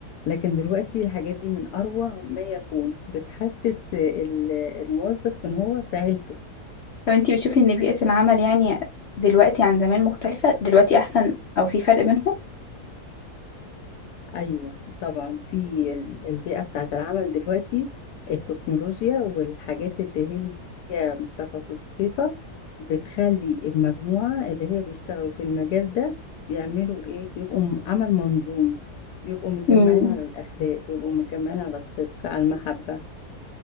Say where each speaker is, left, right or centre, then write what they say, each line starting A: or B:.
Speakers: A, on the left (about 80°); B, on the left (about 55°).
A: لكن دلوقتي الحاجات دي من أروع ما يكون بتحسس آه، ال- الموظف إن هو في عيلته
B: لو أنتي بتشوفي إن بيئة العمل يعني دلوقتي عن زمان مختلفة دلوقتي أحسن أو في فرق بينهم
A: أيوة طبعا في ال- البيئة بتاعة العمل دلوقتي التكنولوجيا والحاجات اللي هي تخصص دقيقة بتخلي المجموعة اللي هي بيشتغلوا في المجال ده بيعملوا إيه بيبقوا م- عمل منظومي بيبقوا متجمعين
B: امم
A: على الأخلاق بيبقوا متجمعين على الصدق على المحبة